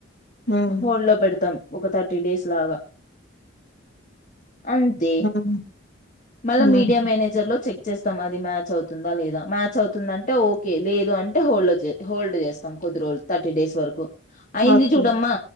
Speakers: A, on the left; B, on the left.
A: ఉమ్
B: హోల్డ్ లో పెడతాం. ఒక థర్టీ డేస్ లాగా. అంతే
A: ఉమ్
B: మళ్ళా
A: ఉమ్
B: మీడియా మేనేజర్ లో చెక్. వచ్చేస్తాం అది మ్యాచ్ అవుతుందా లేదా మ్యాచ్ అవుతుందంటే ఓకే లేదు అంటే హోల్డ్ హోల్డ్ చేస్తాం కొద్ది రోజులు థర్టీ డేస్ వరకు. అయింది
A: ఓకే
B: చూడమ్మా.